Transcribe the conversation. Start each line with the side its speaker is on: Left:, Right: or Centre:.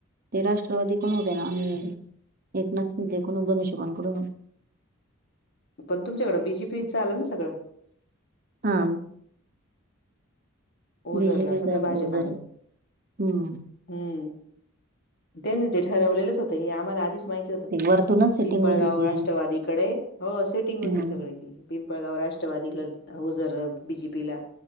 Right: ते राष्ट्रवादी कडून होते ना आम्ही एकनाथ शिंदे कडून धनुष्यबाण कडून
Left: पण तुमच्याकडं
Right: होतो.
Left: बी जे पी चं आलं ना सगळं
Right: हा
Left: ओझरला
Right: बीजेपी
Left: सगळं
Right: झालं
Left: भाजप
Right: ओझर
Left: आलं.
Right: हम्म
Left: हम्म त्यांनी ते ठरवलेलंच होतं हे आम्हाला आधीच माहिती होतं
Right: ते वरतूनच सेटिंग
Left: पिंपळगाव
Right: होती ती
Left: राष्ट्रवादीकडे हो सेटिंग होती
Right: हम्म.
Left: सगळी ती पिंपळगाव राष्ट्रवादीला ओझर बीजेपीला